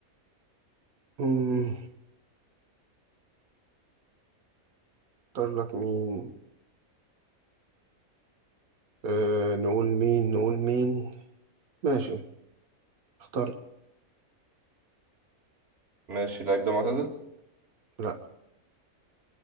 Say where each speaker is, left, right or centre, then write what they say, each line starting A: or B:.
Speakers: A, on the right; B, on the right.
A: مم. اختار لك مين أه نقول مين نقول مين ماشي اختار
B: ماشي اللعيب ده معتزل
A: لا